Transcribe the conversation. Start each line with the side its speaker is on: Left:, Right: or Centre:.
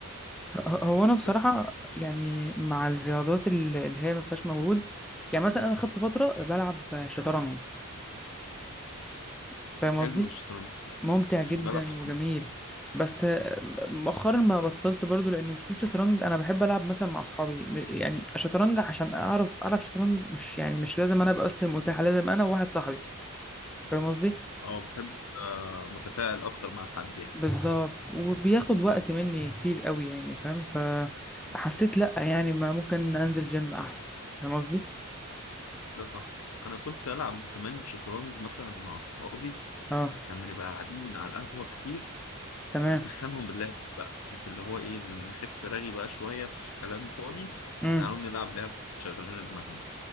Centre: هو انا بصراحه
Left: بس
Centre: يعني مع الرياضات ال- اللي هي ما فيهاش مجهود يعني مثلا انا خدت فتره بلعب شطرنج فاهم قصدي
Left: حلو الشطرنج
Centre: ممتع
Left: مم،
Centre: جدا
Left: بلعب شطرنج
Centre: وجميل بس مؤخرا ما بطلت برضو لان مشكله الشطرنج انا بحب العب مثلا مع اصحابي م- يعني الشطرنج عشان اعرف العب شطرنج مش يعني مش لازم انا ابقى بس المتاح لازم انا وواحد صاحبي فاهم قصدي
Left: أه بتحب تبقى متفاعل أكتر مع حد يعني
Centre: بالظبط وبياخد وقت مني كتير قوي يعني فاهم فحسيت لا يعني ما ممكن انزل جيم احسن فاهم قصدي
Left: ده صح أنا كنت ألعب زمان الشطرنج مثلا مع أصحابي
Centre: اه
Left: لما نبقى قاعدين على القهوة كتير
Centre: تمام
Left: اسخنهم باللعب بقى بحيث اللي هو ايه نخف رغي بقى شوية في كلام فاضي
Centre: امم
Left: تعالوا نلعب لعبة تشغل لنا دماغنا